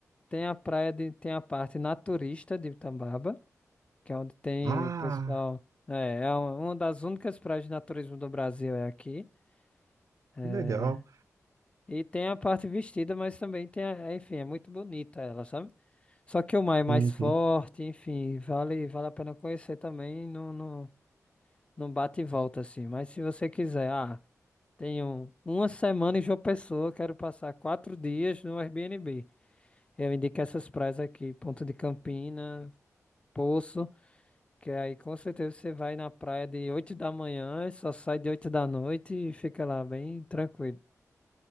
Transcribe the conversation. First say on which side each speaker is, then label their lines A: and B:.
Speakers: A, on the left (about 20°); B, on the right (about 65°).
A: Tem a praia de, tem a parte naturista de Tambaba. que é onde tem
B: Ah,
A: o pessoal. É, é um- uma das únicas praias de naturismo do Brasil é aqui. É,
B: que legal.
A: e tem a parte vestida, mas também tem a, é, enfim, é muito bonita ela, sabe? Só que o mar é mais
B: Uhum.
A: forte, enfim, vale, vale a pena conhecer também, não, não, não bate e volta assim. Mas se você quiser, ah, tenho uma semana em João Pessoa, quero passar quatro dias no Airbnb. Eu indico essas praias aqui, Ponta de Campina, Poço. Que aí com certeza você vai na praia de 8 da manhã e só sai de 8 da noite e fica lá bem tranquilo.